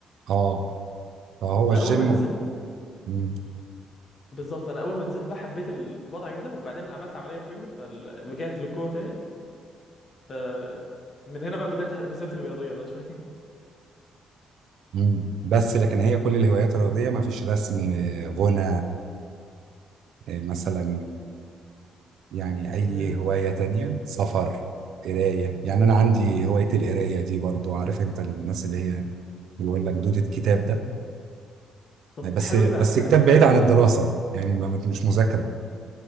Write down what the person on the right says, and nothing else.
اه فهو
الجيم
مم.
مم. بس لكن هي كل الهوايات الرياضية ما فيش رسم غنى مثلا يعني
اي
هواية تانية سفر قراية يعني انا عندي هواية القراية دي برضو عارف انت الناس اللي هي بيقول لك دودة كتاب ده
يعني بس
بس
كتاب
بعيد
عن
الدراسة
يعني ما مش مذاكرة